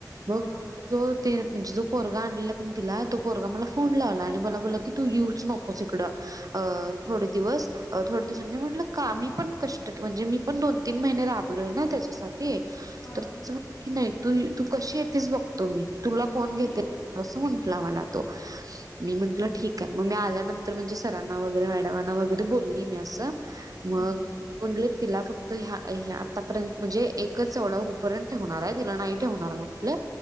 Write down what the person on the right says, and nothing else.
मग
जो ते म्हणजे जो पोरगा आणलेला कणी तिला तो पोरगा मला फोन लावला आणि मला बोलला की तू येऊच नक कोस इकड अ थोडे दिवस. अ थोडे दिवस. मी म्हटलं का मी पण कष्ट म्हणजे मी पण दोन तीन महिने राबलोय ना त्याच्यासा ते
तर कसा म्हणतो की नाही तू तू कशी येेतेस बघतो मी तुला कोण
घेतंय असं म्हंटला मला तो. मी म्हटलं ठीक आहे मग मी आल्यानंतर म्हणजे सरांना वगैरे मॅडमांना वगैरे बोल ली मी असं मग
ते म्हणले तीला फक् त ह्या ह्या आतापर्यंत म्हणजे एकच एवढं होऊपर्यंत ठेवणार आहे तिला नाही ठेवणार म्हंटले.